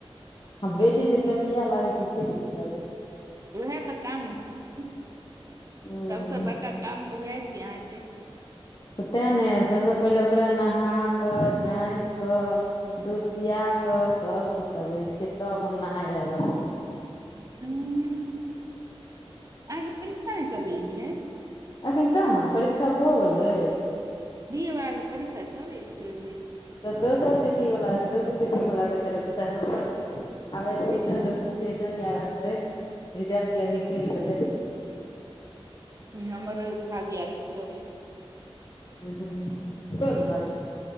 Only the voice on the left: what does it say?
आ बेटी जे पेपीया लागै छै से की करबै
हूं
तेँ ने सभसँ पहिले ओकरा नहा कऽ जैंत कऽ दूध पिया कऽ तब सुतबै छियै तब हम नहाय लए गेलौं
अखन कहाँ परीक्षा भऽ गेलै
तऽ दोसर सिटी वालाके दोसर सिटी वलाक के चलेत हेतै हमर आब एडमिशन रजीस्टेसन या रहतै, रिजलट य निकल गेले
ह कोन भाभी